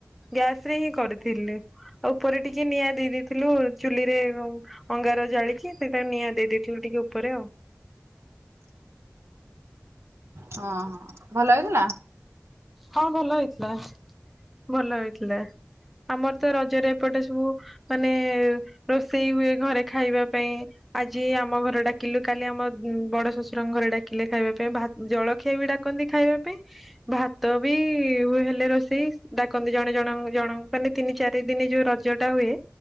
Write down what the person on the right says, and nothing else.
ହଁ ହ ଭଲ ହେଇଥିଲା?